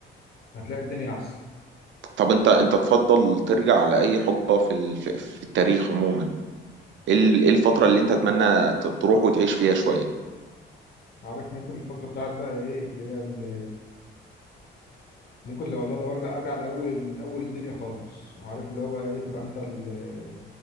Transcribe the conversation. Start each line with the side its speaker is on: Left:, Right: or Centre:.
Left: هتلاقي الدنيا احسن
Right: طب أنت أنت تفضل ترجع لأي حقبة في ال- في في التاريخ عموما إيه ال- إيه الفترة اللي أنت تتمنى ت- تروح وتعيش فيها شوية
Left: عارف ممكن الفتره بتاعت بقى ايه اللي هي اللي ممكن لو والله لو ارجع ارجع لاول اول الدنيا خالص عارف اللي هو بقى ايه تبقى انت اللي